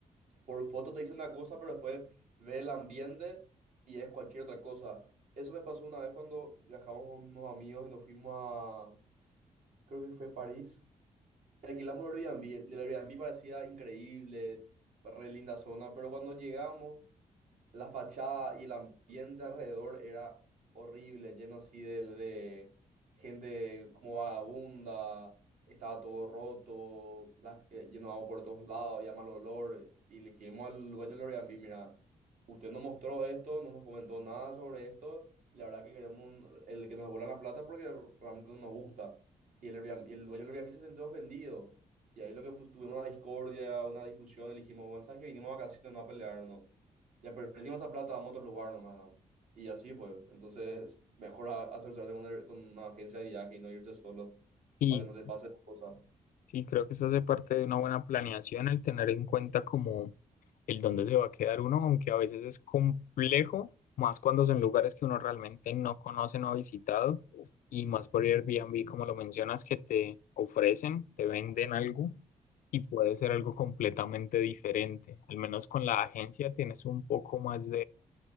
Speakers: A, on the right; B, on the left.
A: por foto te dice una cosa, pero después ve el ambiente y es cualquier otra cosa. Eso me pasó una vez cuando viajamos con unos amigos y nos fuimos a, creo que fue París, y alquilamos el Airbnb. El Airbnb parecía increíble, re linda zona, pero cuando llegamos la fachada y el ambiente alrededor era horrible, lleno así de, de gente como vagabunda, estaba todo roto, la- eh, lleno de agua por todos lados, había mal olor, y le dijimos al dueño del Airbnb, mira, usted nos mostró esto, no nos comentó nada sobre esto, y la verdad que queremos un- el que nos devuelvan la plata porque realmente no nos gusta. Y el, Airbnb- y el dueño del Airbnb se sintió ofendido. Y ahí lo que pues, tuvimos una discordia, una discusión, y le dijimos, bueno, sabes que vinimos a vacaciones, no a pelearnos ya perdimos esa plata, vamos a otro lugar nomás. ¿no? Y así fue. Entonces, mejor a- asesorarse con, el- con una agencia de viaje y no irse solo
B: Y
A: para que no te pase cosas.
B: Sí, creo que eso hace parte de una buena planeación, el tener en cuenta como el dónde se va a quedar uno, aunque a veces es complejo, más cuando son lugares que uno realmente no conoce, no ha visitado, y más por Airbnb, como lo mencionas, que te ofrecen, te venden algo y puede ser algo completamente diferente. Al menos con la agencia tienes un poco más